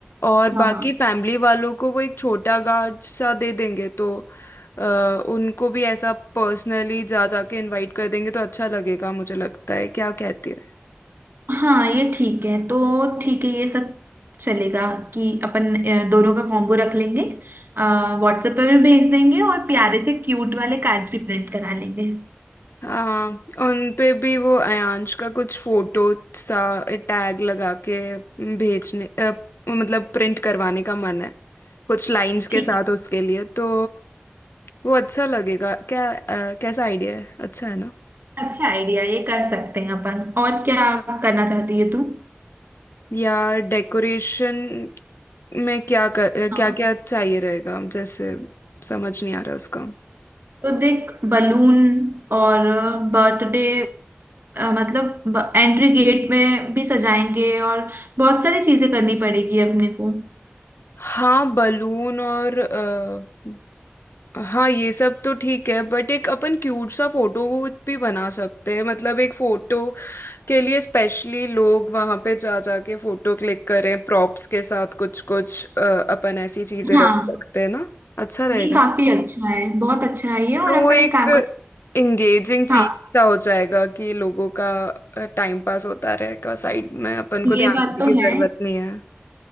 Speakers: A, on the left (about 65°); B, on the right (about 55°).
A: और
B: हाँ
A: बाकी
B: हाँ
A: फैमिली वालों को वो एक छोटा कार्ड सा दे देंगे तो अ, उनको भी ऐसा पर्सनली जा जाके इनवाइट कर देंगे तो अच्छा लगेगा मुझे लगता है क्या कहती है
B: हाँ ये ठीक है तो ठीक है ये सब चलेगा कि अपन अ, दोनों का कॉम्बो रख लेंगे व्हाट्सएप पर भी भेज देंगे और प्यारे से क्यूट वाले कार्ड्स भी प्रिंट करा लेंगे
A: हाँ उन पे भी वो अयांश का कुछ फोटो सा टैग लगा के भेजने अ, मतलब प्रिंट करवाने का मन है कुछ लाइंस
B: ठीक
A: के साथ उसके लिए तो वो अच्छा लगेगा क्या अ, कैसा आइडिया है अच्छा है ना
B: है अच्छा आइडिया ये कर सकते हैं अपन और क्या करना चाहती है तू
A: या डेकोरेशन में क्या कर,
B: हाँ
A: क्या क्या चाहिए रहेगा जैसे समझ नहीं आ रहा उसका
B: तो देख बलून और बर्थडे मतलब एंट्री गेट में भी सजाएंगे और बहुत सारी चीजें करनी पड़ेगी अपने को
A: हाँ बलून और अ, हाँ ये सब तो ठीक है बट एक अपन क्यूट सा फोटो भी बना सकते हैं मतलब एक फोटो के लिए स्पेशली लोग वहां पे जा जाके फोटो क्लिक करें प्रॉप्स के साथ कुछ कुछ अपन ऐसी चीजें
B: हाँ
A: रख सकते हैं ना अच्छा रहेगा
B: ये काफी अच्छा है बहुत अच्छा है ये और
A: तो वो
B: अपन
A: एक
B: एक काम करें
A: एंगेजिंग चीज
B: हाँ
A: सा हो जाएगा कि लोगों का टाइम पास होता रहेगा साइड में अपन
B: ये
A: को ध्यान
B: बात
A: देने
B: तो
A: की
B: है
A: जरूरत नहीं है